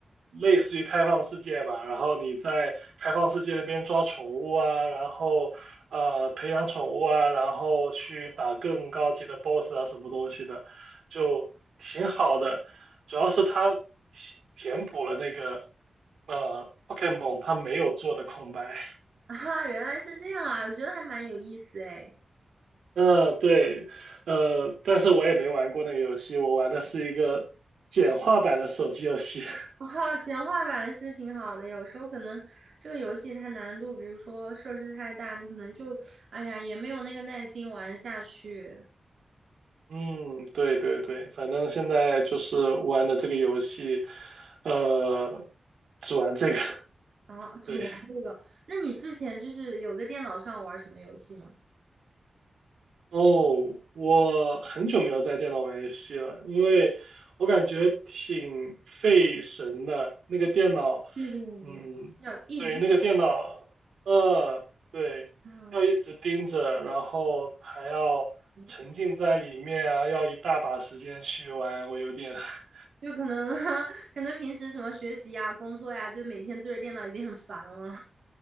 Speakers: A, on the right (about 85°); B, on the right (about 65°).
A: 类似于开放世界吧，然后你在开放世界那边抓宠物啊，然后呃培养宠物啊，然后去打更高级的 BOSS 啊，什么东西的，就挺好的。主要是它填填补了那个呃 Pokemon 它没有做的空白。
B: <laughs> 啊，原来是这样啊，我觉得还蛮有意思哎。
A: 呃，对，呃，但是我也没玩过那个游戏，我玩的是一个简化版的手机游戏。<laughs>
B: <laughs> 哇，简化版其实挺好的，有时候可能这个游戏它难度，比如说设置太大，你可能就，哎呀，也没有那个耐心玩下去。
A: 嗯，对对对，反正现在就是玩的这个游戏，呃，只玩这个，<laughs>
B: 啊，只玩这个。
A: 对。
B: 那你之前就是有在电脑上玩什么游戏吗？
A: 哦，我很久没有在电脑玩游戏了，因为我感觉挺费神的。那个电脑，
B: 对对对对，
A: 嗯，
B: 要一直电脑，
A: 对，那个电脑，呃，对，
B: 嗯，
A: 要一直盯着，然后还要沉浸在里面啊，
B: 对
A: 要一大把时间去玩，我有点，<laughs>
B: 就可能 <laughs> 可能平时什么学习呀、工作呀，就每天对着电脑已经很烦了